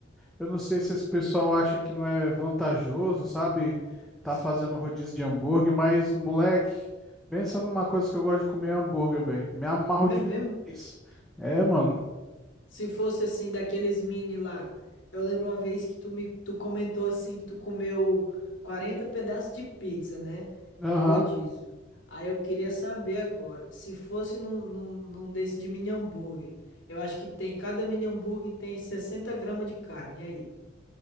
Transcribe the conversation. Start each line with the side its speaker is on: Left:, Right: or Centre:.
Centre: eu não sei se esse pessoal acha que não é vantajoso, sabe? Tá
Left: Sim.
Centre: fazendo rodízio de hambúrguer, mas, moleque, pensa numa coisa que eu gosto de comer é hambúrguer, velho. Me amarro demais.
Left: É mesmo?
Centre: É, mano.
Left: Se fosse assim, daqueles mini lá. Eu lembro uma vez que tu me tu comentou assim que tu comeu 40 pedaços de pizza, né?
Centre: Aham.
Left: No rodízio. Aí eu queria saber agora, se fosse num, num, num desse de mini hambúrguer, eu acho que tem, cada mini hambúrguer tem 60 gramas de carne. E aí?